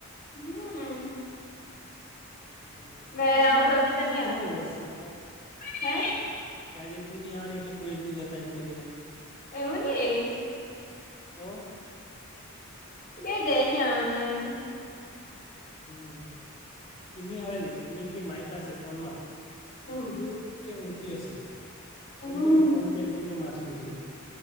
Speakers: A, on the left; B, on the left.
A: હમ
B: હમ
A: મેં
B: તમારી
A: આવું
B: વાત
A: તો બી
B: થઇ
A: તો
B: જાય
A: નહી
B: કે
A: આવે
B: હું રે વોટ્સઅપ પર
A: હે
B: કે આજે તું ની આવાની એટલે કોઈ જ ની જતા એમ કરીને
A: એવું ની
B: તો
A: કેય દે ની આવાના એમ.
B: હમ કિમી આવેલી કિમી એમ કે માહી કયાસે ફોન માર મેં
A: હમ
B: કીધું એ ઊંઘતી હશે તેમ
A: હમ
B: કે મેં ફોન કરી કે માથું દુખે